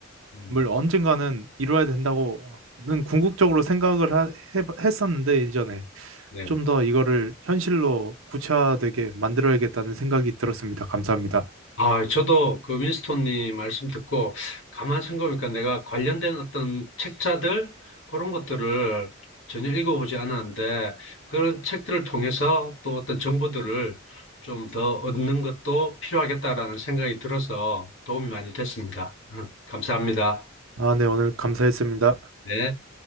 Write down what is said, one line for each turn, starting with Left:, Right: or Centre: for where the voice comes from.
Left: 음,
Right: 언젠가는 이루어야 된다고는 궁극적으로 생각을 하- 해- 했었는데, 예전에
Left: 네.
Right: 좀 더 이거를 현실로 구체화되게 만들어야겠다는 생각이 들었습니다. 감사합니다.
Left: 아, 저도 그 윈스톤님 말씀 듣고 가만 생각해보니까 내가 관련된 어떤 책자들 그런 것들을 전혀 읽어보지 않았는데 그런 책들을 통해서 또 어떤 정보들을 좀 더 얻는 것도 필요하겠다라는 생각이 들어서 도움이 많이 됐습니다. 음, 감사합니다.
Right: 아, 네, 오늘 감사했습니다.
Left: 네.